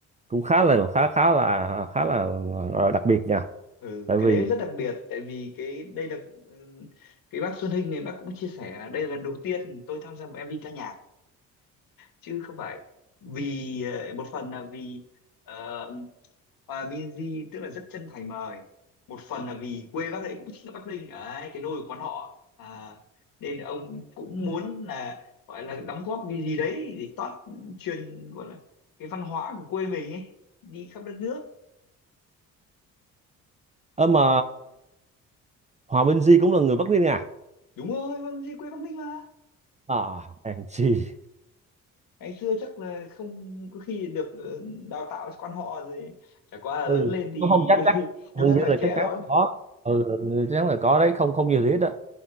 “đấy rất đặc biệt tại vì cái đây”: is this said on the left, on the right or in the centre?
Left